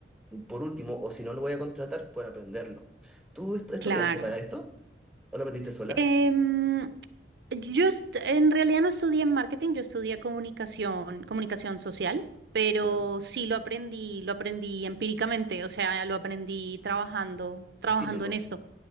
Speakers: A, in the centre; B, on the right.
A: Por último, o si no lo voy a contratar, por aprenderlo. ¿Tú estu- estudiaste
B: Claro.
A: para esto? ¿O lo aprendiste sola?
B: Em, yo est- en realidad no estudié marketing, yo estudié comunicación, comunicación social, pero
A: Ya.
B: sí lo aprendí, lo aprendí empíricamente, o sea, lo aprendí trabajando, trabajando
A: Haciendo.
B: en esto.